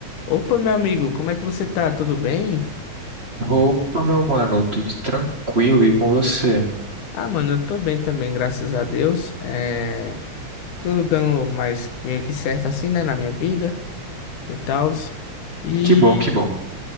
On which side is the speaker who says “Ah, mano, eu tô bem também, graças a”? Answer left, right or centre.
Left